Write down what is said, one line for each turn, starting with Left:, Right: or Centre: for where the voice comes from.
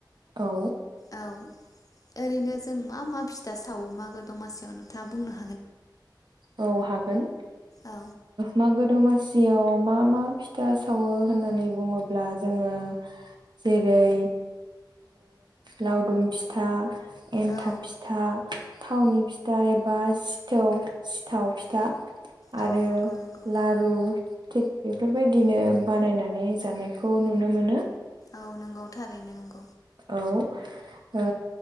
Right: औ
Left: औ ओरैनो जों मा मा फिथा सावो मागो दमासियाव नोंथाङा बुंनो हा
Right: औ हागोन
Left: औ
Right: मागो दमासियाव मा मा फिथा सावो होननानै बुङोब्ला जोङो जेरै लावदुम फिथा एनथाब
Left: औ
Right: फिथा थावनि फिथा एबा सिथोव सिथाव फिथा
Left: औ
Right: आरो
Left: नंगौ नंगौ
Right: लारु थिग बेफोरबायदिनो बानायनानै जानायखौ नुनो मोनो
Left: औ नंगौ थारैनो नं
Right: औ ओ